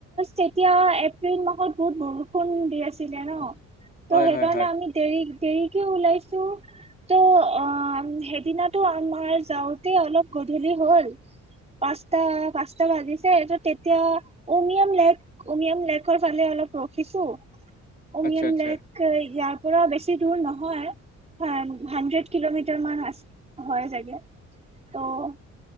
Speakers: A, on the right; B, on the left.
A: তেতিয়া এপ্ৰিল মাহত মোৰ বৰষুণ দি আছিলে ন তো
B: হয়
A: সেইকাৰণে
B: হয় হয়
A: আমি দেৰি দেৰিকে ওলাইছো ত' অ সেইদিনটো আমাৰ যাওঁতে অলপ গধূলি হ'ল পাঁচটা পাঁচটা বাজিছে ত' তেতিয়া উমিয়াম লেক উমিয়াম লেকৰ ফালে অলপ ৰখিছো অমিয়ান
B: আচ্ছা আচ্ছা
A: লেক ইয়াৰ পূৰা বেছি দূৰ নহয় হানড্ৰেড কিলোমিটাৰ মান আ হয় চাগে ত'